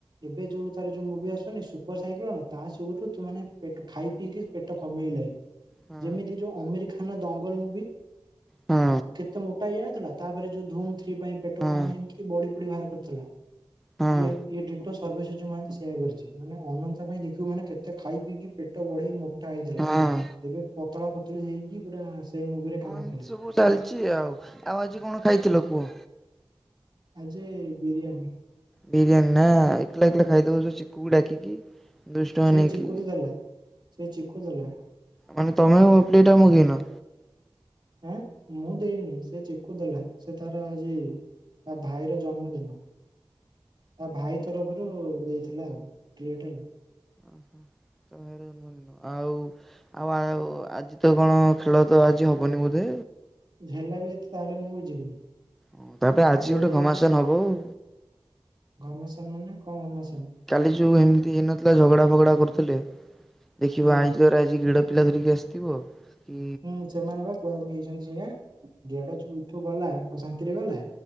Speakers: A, on the right (about 55°); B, in the centre.
A: ଏବେ ଯୋଉ ତାର ଯୋଉ ମୁଭି ଆସୁନି ସୁପର ସାଇକେ ତା ସୁୁ ତୁ ମାନେ ପେଟ ଖାଇ। ପିଇକି ପେଟ କମେଇଲାଣି।
B: ହଁ
A: ଯେମିତି ଯୋଉ ଅମିର ଖାନ ଦଙ୍ଗଲ ମୁଭି
B: ହଁ
A: କେତେ ମୋଟା ହେଇ ଜାଣିଥିଲା। ତାପରେ ଯୋଉ ଧୁମ ଥ୍ରୀ ପାଇଁ ପେଟ
B: ହଁ
A: କମେଇକି ବଡି ପଡି ବାହାର କରିଥିଲା।
B: ହଁ।
A: ଇଏଡ ସର୍ ଯୋଉ ମହାନ୍ତି ସେଆ କରିଛି ମାନ ଅନନ୍ତା ପାଇଁ ଦେଖିବୁ ମାନେ କେତେ ଖାଇ ପିକି ପେଟ ବଢେଇ ମୋଟା ହେଇଥିଲା
B: ହଁ ହଁ
A: ଏବେ ପତଳା ପତଳି ହେଇକି ପୁରା ସେ ମୁଭିରେ କାମ
B: ହଁ ଏମିତି
A: କଲା।
B: ସବୁ ଚାଲିଛି ଆଉ ଆଉ ଆଜି କଣ ଖାଇଥିଲ କୁହ
A: ଆଜି ବିରିୟାନୀ
B: ବିରିୟାନୀ ନା ଏକଲା ଏକଲା ଖାଇଦଉଛୁ ଚିକକୁ ଡାକିିକି ଦୁଷ୍ଟ
A: ସେଇ
B: ନେଇକ
A: ଚିକୁ ତ ଦେଲା ସେଇ ଚିକୁ ଦେଲା
B: ମାନେ ତମେ ପଟା ମୁଗିନ
A: ହଁ ମୁଁ ଦେଇନି ସେ ଚିକୁ ଦେଲା ସେ ତାର ଆଜି ତା ଭାଇର ଜନ୍ମଦିନ ତା ଭାଇ ତରଫରୁ ଦେଇଥିଲା ଆଉ ଟିଟ ଆ
B: ଓହୋ ତ ଏର ଜନ୍ମଦିନ ଆଉ ଆଉ ଆଉ ଆଜି ତ କଣ ଖେଳ ତ ଆ ହବନି ବୋଧେ
A: ହେଲା ବି ଏତେ ତାହେଲେ ମୁଁ ବି ଯିବିନି
B: ହ ତାପରେ ଆଜି
A: ତୋର
B: ଗୋଟେ
A: ଯଦି
B: ଘମାସନ ହବ ଆଉ
A: ଘମାସାନ ମାନେ କଣ ଘମାସାନ
B: କାଲି ଯଉ ଏମିତି ହେଇନଥିଲା ଝଗଡା ଫଗଡା କରୁଥିଲେ ଦେଖିବ
A: ହୁଁ
B: ଆଇ ତର ଆଜି ଗିଡ ପିଲା ଧରିକି ଆସିଥିବ କି
A: ହୁଁ ସେମାନେ ବା କୁହାକୁ ଯାଇଛନ୍ତି ସେଇଟାଟ ଏଠୁ ଗଲା ଶାନ୍ତିରେ ଗଲା